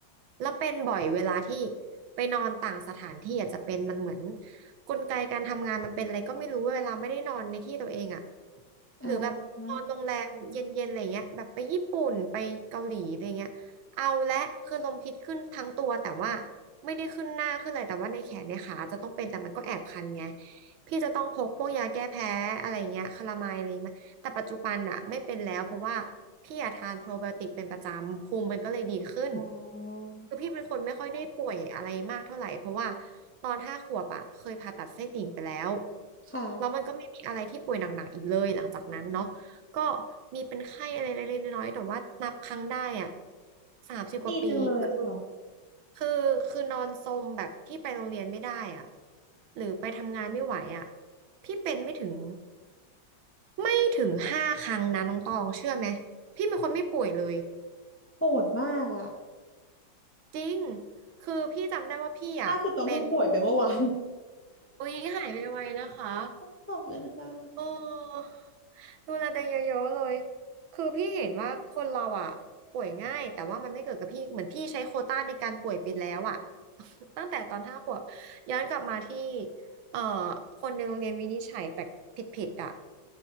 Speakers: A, on the right (about 75°); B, on the left (about 15°).
A: แล้วเป็นบ่อยเวลาที่ไปนอนต่างสถานที่อาจจะเป็นมันเหมือนกลไกการทำงานมันเป็นอะไรก็ไม่รู้เวลาไม่ได้นอนในที่ตัวเองอ่ะ
B: อ่
A: หรือแบบนอนโรงแรมเย็นๆอะไรเงี้ยแบบไปญี่ปุ่นไปเกาหลีอะไรเงี้ยเอาและคือลมพิษขึ้นทั้งตัวแต่ว่า
B: า
A: ไม่ได้ขึ้นหน้าขึ้นอะไรแต่ว่าในแขนในขาจะต้องเป็นแต่มันก็แอบคันไงพี่จะต้องพกพวกยาแก้แพ้อะไรเงี้ยคาลาไมด์อะไรมาแต่ปัจจุบันอะไม่เป็นแล้วเพราะว่าพี่อะทานโปรไบโอติกเป็นประจำภูมิมันก็เลยดีขึ้น
B: อ๋อ
A: คือพี่เป็นคนไม่ค่อยได้ป่วยอะไรมากเท่าไหร่เพราะว่าตอนห้าขวบอะเคยผ่าตัดไส้ติ่งไปแล้ว
B: ค่ะ
A: แล้วมันก็ไม่มีอะไรที่ป่วยหนักๆอีกเลยหลังจากนั้นเนาะ ก็มีเป็นไข้อะไรเล็กๆน้อยๆแต่ว่านับครั้งได้อ่ะสามสิบกว่าปีคือ
B: ดีจังเลยค่ะ
A: คือคือนอนซมแบบที่ไปโรงเรียนไม่ได้อ่ะหรือไปทำงานไม่ไหวอ่ะพี่เป็นไม่ถึงไม่ถึงห้าครั้งนะน้องตองเชื่อไหมพี่เป็นคนไม่ป่วยเลย
B: โหดมากอ่ะ
A: จริงคือพี่จำได้ว่าพี่อ่ะเป็น
B: ล่าสุดต้องเพิ่งป่วยไปเมื่อวาน
A: อุ๊ยหายไวๆนะคะ
B: <laughs> ขอบคุณค่ะ
A: เออดูแลตัวเองเยอะๆเลย คือพี่เห็นว่าคนเราอ่ะป่วยง่ายแต่ว่ามันไม่เกิดกับพี่เหมือนพี่ใช้โควต้าในการป่วยไปแล้วอ่ะ <laughs> ตั้งแต่ตอนห้าขวบย้อนกลับมาที่เอ่อคนในโรงเรียนวินิจฉัยแปลกผิดๆอ่ะ